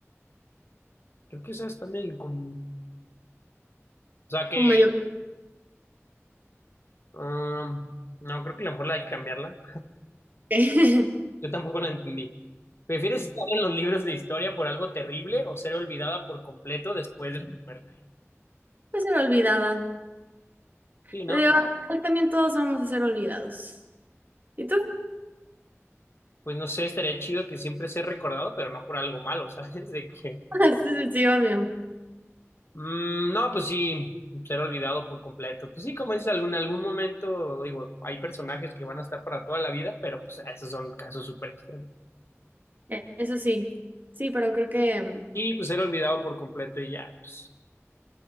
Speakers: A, on the left; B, on the right.
A: Creo que eso es también como... O sea, que
B: Como medio.
A: Um, no, creo que a lo mejor la hay que cambiarla.
B: <laughs>
A: Yo tampoco la entendí. ¿Prefieres estar en los libros de historia por algo terrible o ser olvidada por completo después de tu muerte?
B: Pues ser olvidada. <laughs>
A: Sí, ¿no?
B: Te digo, al- final también todos vamos a ser olvidados. ¿Y tú? <laughs>
A: Pues no sé, estaría chido que siempre sea recordado, pero no por algo malo, <laughs> ¿sabes? De que,
B: Sí, sí, sí, obvio.
A: mm, no, pues sí, ser olvidado por completo. Pues sí, como dices, algún, en algún momento, digo, hay personajes que van a estar para toda la vida, pero pues esos son casos súper extremos.
B: Eh, Eso sí. Sí, pero creo que mm,
A: Y pues ser olvidado por completo y ya, pues,